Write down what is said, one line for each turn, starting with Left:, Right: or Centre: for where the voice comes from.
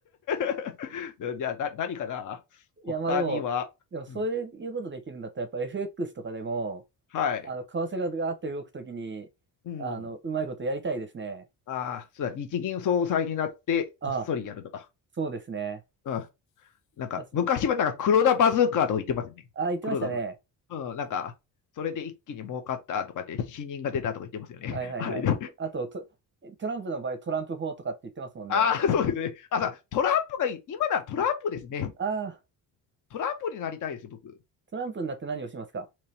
Left: <laughs> じゃあ、な、何かな他には、
Right: いや、まあでも、でもそういうことできるんだったら、
Left: うん、
Right: やっぱ FX とかでも、
Left: はい。
Right: あの、為替がガーって動くときに、
Left: うん。
Right: あの、うまいことやりたいですね。
Left: ああ、そうだ、日銀総裁になってこっそりやるとか。
Right: ああ、そうですね。
Left: うん。なんか、
Right: いやそ
Left: 昔はなんか黒田バズーカーとか言ってますよね。
Right: ああ、言ってましたね。
Left: 黒田さん。うん、なんか、それで一気に儲かったとかって死人が出たとか言ってますよね。
Right: はいはいはい。
Left: <laughs> あれで。
Right: あと、ト、トランプの場合、トランプ法とかって言ってますもんね。
Left: <laughs> ああ、そうですね。あ、さ、トランプがいい。今ならトランプですね。
Right: ああ、
Left: トランプになりたいですよ、僕。
Right: トランプになって何をしますか